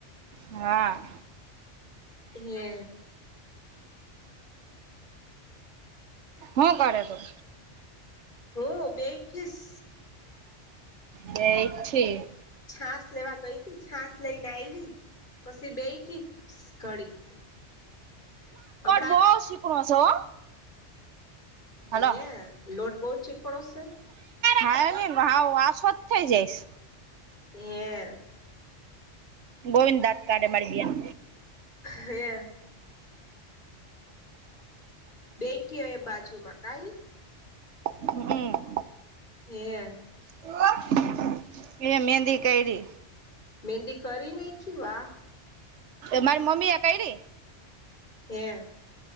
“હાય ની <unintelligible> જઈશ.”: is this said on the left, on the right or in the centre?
Right